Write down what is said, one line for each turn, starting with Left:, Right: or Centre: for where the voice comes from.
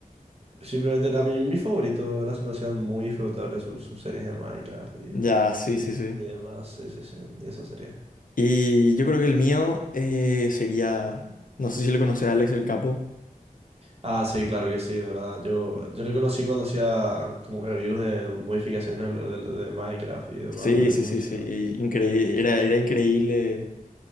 Right: Simplemente era mi, mi favorito, era, se me hacían muy disfrutables sus, sus series de Minecraft y,
Left: Ya, sí, sí,
Right: y,
Left: sí.
Right: y demás, sí, sí, sí, y eso sería.
Left: Y yo creo que el mío eh, sería, no sé si lo conoce Alex el Capo.
Right: Ah, sí, claro que sí, ¿verdad? Yo, yo le conocí cuando hacía como reviews de modificaciones de, de- de Minecraft y demás,
Left: Sí,
Right: era
Left: sí,
Right: como
Left: sí,
Right: que sí,
Left: sí. y increí- era, era increíble